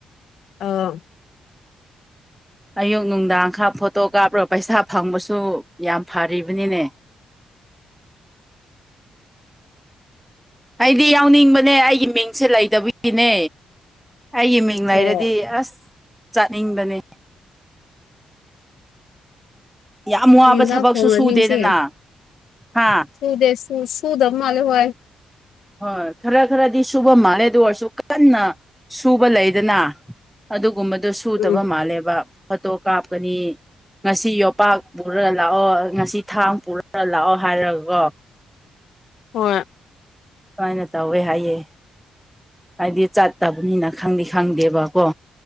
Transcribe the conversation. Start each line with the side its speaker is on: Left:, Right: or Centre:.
Left: ꯑꯥ
Centre: ꯑꯌꯨꯛ ꯅꯨꯡꯗꯥꯡ ꯈꯥ ꯐꯣꯇꯣ ꯀꯥꯞꯔ ꯄꯩꯁꯥ ꯐꯪꯕꯁꯨ ꯌꯥꯝ ꯐꯔꯤꯕꯅꯤꯅꯦ ꯑꯩꯗꯤ ꯌꯥꯎꯅꯤꯡꯕꯅꯦ ꯑꯩꯒꯤ ꯃꯤꯡꯁꯦ ꯂꯩꯗꯕꯒꯤꯅꯦ ꯑꯩꯒꯤ ꯃꯤꯡ ꯃꯤꯡ
Left: ꯑꯣ
Centre: ꯂꯩꯔꯗꯤ ꯑꯁ ꯆꯠꯅꯤꯡꯕꯅꯦ ꯌꯥꯝ ꯋꯥꯕ
Left: ꯀꯔꯤ ꯏꯟꯖꯥꯡ
Centre: ꯊꯕꯛꯁꯨ
Left: ꯊꯣꯡꯔꯅꯤ
Centre: ꯁꯨꯗꯦꯗꯅ
Left: ꯉꯁꯤ
Centre: ꯍꯥ
Left: ꯁꯨꯗꯦ ꯁꯨ ꯁꯨꯗꯃꯥꯜꯂꯦ ꯍꯣꯏ
Centre: ꯍꯣꯏ ꯈꯔ ꯈꯔꯗꯤ ꯁꯨꯕ ꯃꯥꯜꯂꯦ ꯗꯨ ꯑꯣꯏꯔꯁꯨ ꯀꯟꯅ ꯁꯨꯕ ꯂꯩꯗꯅ ꯑꯗꯨꯒꯨꯝꯕꯗꯨ ꯁꯨꯗꯕ
Left: ꯎꯝ
Centre: ꯃꯥꯜꯂꯦꯕ ꯐꯣꯇꯣ ꯀꯥꯞꯀꯅꯤ ꯉꯁꯤ ꯌꯣꯄꯥꯛ ꯄꯨꯔ ꯂꯥꯛꯑꯣ ꯉꯁꯤ ꯊꯥꯡ ꯄꯨꯔꯒ ꯂꯥꯛꯑꯣ ꯍꯥꯏꯔꯒꯒꯣ
Left: ꯍꯣꯏ
Centre: ꯁꯨꯃꯥꯏꯅ ꯇꯧꯋꯦ ꯍꯥꯏꯌꯦ ꯑꯩꯏꯗꯤ ꯆꯠꯇꯕꯅꯤꯅ ꯈꯪꯗꯤ ꯈꯪꯗꯦꯕꯀꯣ